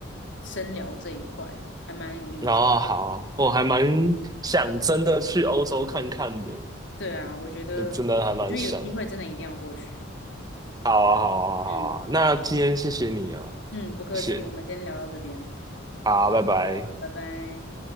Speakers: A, on the left; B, on the right.
A: 深聊这一块，还蛮有意思。
B: 然后好，我还蛮想真的去欧洲看看的，
A: 对啊，我觉得，
B: 就真的还蛮想。
A: 我觉得有机会真的一定要过去，
B: 好啊，好啊，好啊，
A: 嗯。
B: 那今天谢谢你啊，
A: 嗯，不客气，
B: 谢谢，
A: 我们先聊到这边，
B: 好，拜拜。
A: 好拜拜。